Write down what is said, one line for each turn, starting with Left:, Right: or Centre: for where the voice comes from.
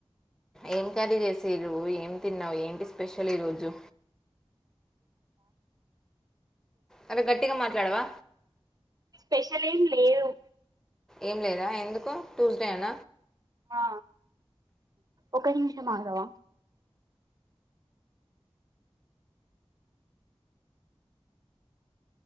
Centre: ఏం కర్రీ <unintelligible> ఏం తిన్నావు ఏంటి స్పెషల్ ఈ రోజు అరే గట్టిగా మాట్లాడవా
Right: స్పెషల్ ఏం లేవ్
Centre: ఏం లేదా ఎందుకు టూస్డేన
Right: ఆ ఒక నిమిషం ఆగవ